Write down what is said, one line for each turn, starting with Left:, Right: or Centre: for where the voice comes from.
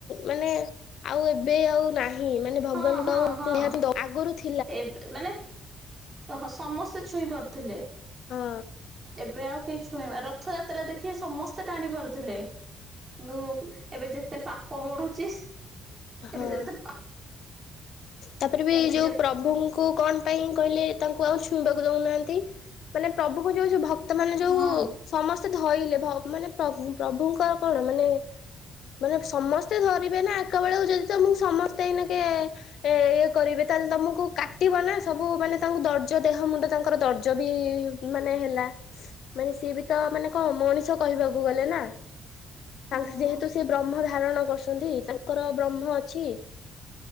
Left: ମାନେ ଆଉ ଏବେ ଆଉ ନାହିଁ ମାନେ ଭଗବାନଙ୍କୁ
Right: ହଁ ହଁ
Left: ଆଉ
Right: ହଁ
Left: ନିହାତି ଆଗରୁ ଥି
Right: ଏବେ ମାନେ ଓ ହଁ ସମସ୍ତେ ଛୁଇଁ ପାରୁଥିଲେ,
Left: ହଁ
Right: ଏବେ ଆଉ କେହି ଛୁ ଇବା ରଥଯାତ୍ରା ଦେଖିବେ ସମସ୍ତେ ଟାଣି ପାରୁଥିଲେ। କିନ୍ତୁ ଏବେ ଯେତେ ପାପ ବଢୁଛି
Left: ହଁ।
Right: ଏବେ ଯେତେ ପା
Left: ତାପରେ ବି ଏଇ
Right: ଏବେ
Left: ଯୋଉ
Right: ଯେ
Left: ପ୍ରଭୁଙ୍କୁ କଣ ପାଇଁ କହିଲେ ତାଙ୍କୁ ଆଉ ଛୁଇଁବାକୁ ଇ ଦୋଉ ନାହାନ୍ତି ମାନେ ପ୍ରଭୁଙ୍କୁ ଯୋଉ ଯୋ ଭକ୍ତ ମାନେ
Right: ହଁ।
Left: ଯୋଉ ସମସ୍ ଧଇଲେ ଭ ମାନେ ପ୍ରଭୁ ପ୍ରଭୁଙ୍କର କଣ ମାନେ ମାନେ ସମସ୍ତେ ଧରିବେ ନା ଏକା ବେଳକୁ ଯଦି ତମକୁ ସମସ୍ତେ ଏଇନା କେ ଏ ଇଏ କରିବେ ତାହେଲେ ତମକୁ କାଟିବ ନା ସବୁ ମାନେ ତାଙ୍କୁ ଦର୍ଜ ଦେହ ମୁଣ୍ଡ ତାଙ୍କର ଦର୍ଜ ବି ମାନେ ହେଲା ମାନେ ସିଏ ବି ତ ମାନେ କଣ ମଣିଷ କହିବାକୁ ଗଲେ ନା। ତା
Right: ହଁ
Left: ଯେହେତୁ ସେ ବ୍ରହ୍ମ ଧାରଣ କରୁଛନ୍ତି, ତାଙ୍କର ବ୍ରହ୍ମ ଅଛି।